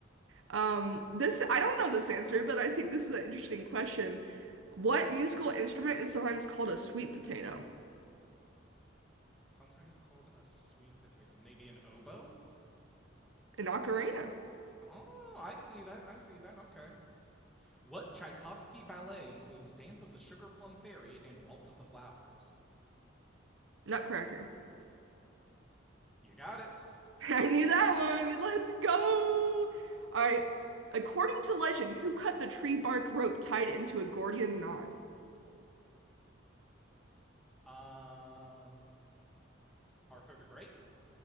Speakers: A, on the right; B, in the centre.
A: Um, this I don't know this answer, but I think this is an interesting question. What musical instrument is sometimes called a sweet potato?
B: Sometimes called a sweet potato. Maybe an oboe?
A: An ocarina,
B: Oh, I see that. I see that. Okay. What Tchaikovsky ballet includes Dance of the Sugar Plum Fairy and Waltz of the Flowers?
A: nutcracker.
B: You got it.
A: <laughs> I knew that one. Let's go. All right. According to legend, who cut the tree bark rope tied into a Gordian knot?
B: Um, Arthur the Great?